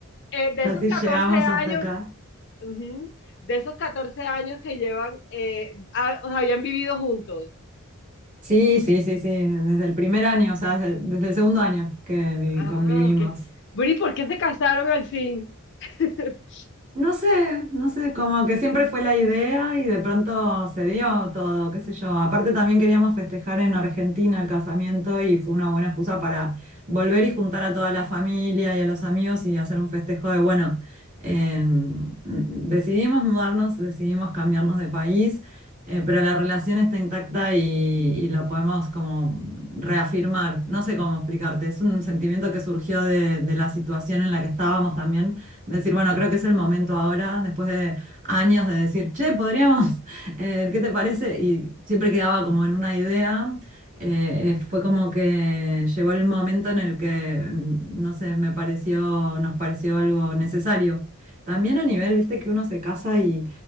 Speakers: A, on the left; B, on the right.
A: eh, de
B: Ya
A: esos
B: sí
A: 14
B: llegamos
A: años,
B: hasta acá.
A: uh -huh, de esos 14 años que llevan, eh, a- o sea, habían vivido juntos.
B: Sí, sí, sí, sí, desde el primer año, o sea, desde el, desde el segundo año que vi-
A: Ah,
B: convivimos.
A: ok. Bueno, ¿y por qué se casaron al fin? <laughs>
B: No sé, no sé, como que siempre fue la idea y de pronto se dio todo, qué sé yo. Aparte también queríamos festejar en Argentina el casamiento y fue una buena excusa para volver y juntar a toda la familia y a los amigos y hacer un festejo de, bueno, eh, decidimos mudarnos, decidimos cambiarnos de país, eh, pero la relación está intacta y, y lo podemos como reafirmar. No sé cómo explicarte, es un sentimiento que surgió de de la situación en la que estábamos también Decir, bueno, creo que es el momento ahora, después de años de decir, che, podríamos, <laughs> eh, ¿qué te parece? Y siempre quedaba como en una idea. Eh, eh, fue como que llegó el momento en el que, mm, no sé, me pareció, nos pareció algo necesario. También a nivel, viste, que uno se casa y